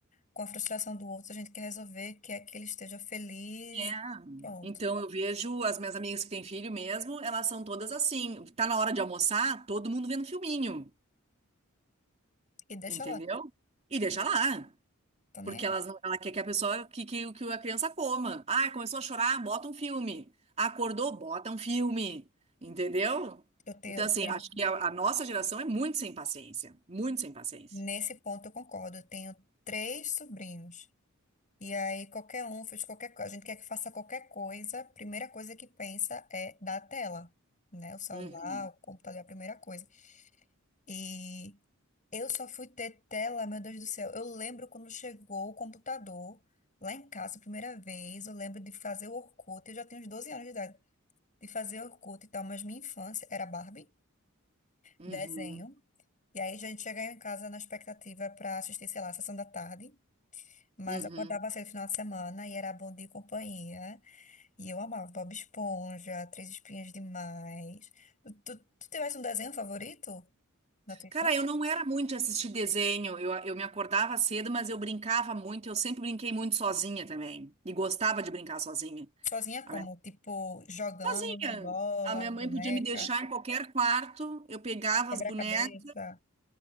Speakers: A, on the left; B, on the right.
A: com a frustração do outro, a gente quer resolver que é que ele esteja feliz.
B: É.
A: Pronto.
B: Então eu vejo as minhas amigas que têm filho mesmo, elas são todas assim. Tá na hora de almoçar, todo mundo vendo filminho,
A: E deixa
B: entendeu?
A: lá.
B: E deixa lá.
A: Tô nem
B: Porque
A: aí.
B: elas não- ela quer que a pessoa, que, que, que a criança coma. Ah, começou a chorar, bota um filme. Acordou, bota um filme. Entendeu?
A: Eu tenho,
B: Então,
A: eu
B: assim,
A: tenho,
B: acho que a, a nossa geração é muito sem paciência. Muito sem paciência.
A: nesse ponto eu concordo. Eu tenho três sobrinhos. E aí qualquer um fez qualquer coisa, a gente quer que faça qualquer coisa, a primeira coisa que pensa é da tela, né? O celular,
B: Uhum,
A: o computador é a primeira coisa. E eu só fui ter tela, meu Deus do céu. Eu lembro quando chegou o computador lá em casa a primeira vez, eu lembro de fazer o Orkut, eu já tenho uns 12 anos de idade, de fazer Orkut e tal, mas minha infância era Barbie,
B: uhum,
A: desenho. E aí a gente chegava em casa na expectativa para assistir, sei lá, a sessão da tarde. Mas
B: uhum.
A: eu acordava cedo no final de semana e era Bom Dia e Companhia. E eu amava Bob Esponja, Três Espinhas Demais. Tu, tu tivesse um desenho favorito na tua infância?
B: Cara, eu não era muito de assistir desenho. Eu, eu me acordava cedo, mas eu brincava muito. Eu sempre brinquei muito sozinha também. E gostava de brincar sozinha.
A: Sozinha
B: A
A: como?
B: minha,
A: Tipo, jogando
B: sozinha.
A: bola,
B: A minha
A: boneca,
B: mãe podia me deixar em qualquer quarto. Eu pegava
A: quebra-cabeça.
B: as bonecas.